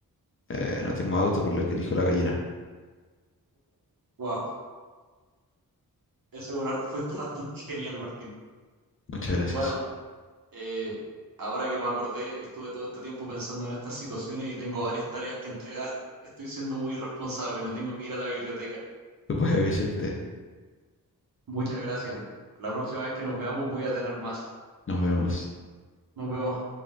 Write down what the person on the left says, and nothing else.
Eh, no tengo auto por lo que elijo la gallina.
Muchas gracias.
Tú puedes, Vicente.
Nos vemos.